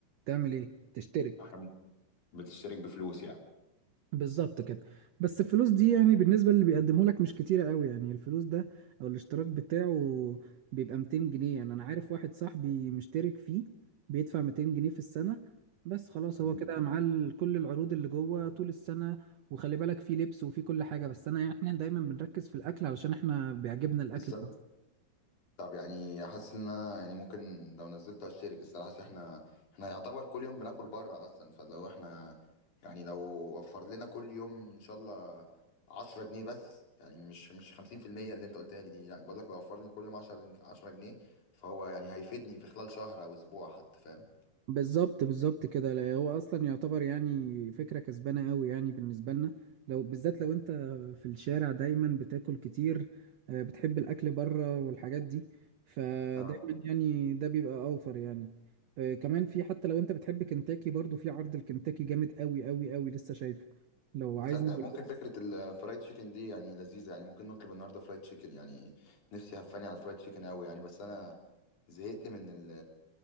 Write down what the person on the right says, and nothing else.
تعمل ايه تشترك
بالظبط كده بس الفلوس دي يعني بالنسبة اللي بيقدمه لك مش كتيرة قوي يعني الفلوس ده او الاشتراك بتاعه بيبقى 200 جنيه يعني انا عارف واحد صاحبي مشترك فيه بيدفع 200 جنيه في السنة بس خلاص هو
كده معاه ال- كل العروض اللي جوه طول السنة وخلي بالك فيه لبس وفيه كل حاجة بس انا يعني احنا دايما بنركز في الاكل علشان احنا بيعجبنا الاكل
بالظبط بالظبط كده لا هو اصلا يعتبر يعني فكره كسبانه قوي يعني بالنسبه لنا لو بالذات لو انت في الشارع دايما بتاكل كتير آه، بتحب الاكل بره والحاجات دي فدايما
يعني ده بيبقى اوفر يعني آه، كمان في حتى لو انت بتحب كنتاكي برضو في عرض الكنتاكي جامد قوي قوي قوي لسه شايفه لو عايز
نقول